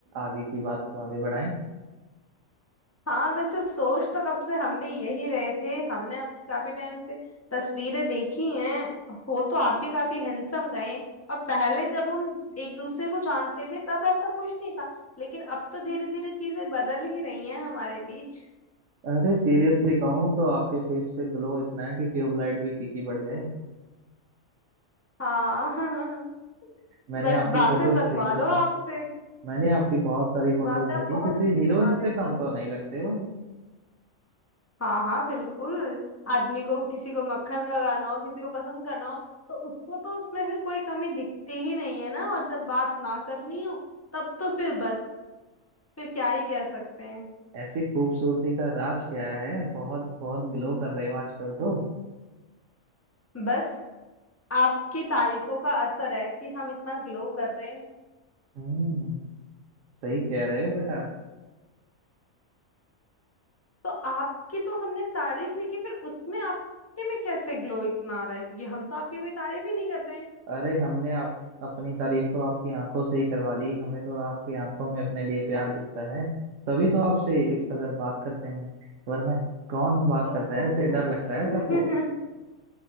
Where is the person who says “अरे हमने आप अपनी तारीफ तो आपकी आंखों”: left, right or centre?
Right